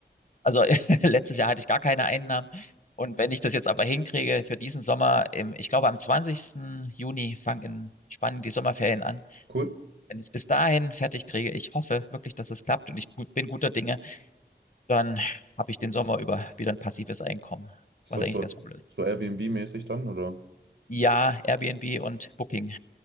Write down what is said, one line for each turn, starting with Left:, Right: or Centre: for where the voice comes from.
Left: also <laughs> letztes Jahr hatte ich gar keine Einnahmen. Und wenn ich das jetzt aber hinkriege für diesen Sommer, im, ich glaube am 20. Juni fangen in Spanien die Sommerferien an.
Right: Cool.
Left: Wenn ich es bis dahin fertig kriege, ich hoffe wirklich, dass es klappt und ich gu- bin guter Dinge, dann habe ich den Sommer über wieder ein passives Einkommen,
Right: Ist
Left: was
Right: das
Left: eigentlich
Right: so,
Left: ganz cool ist.
Right: so Airbnb-mäßig dann, oder?
Left: Ja, Airbnb und Booking.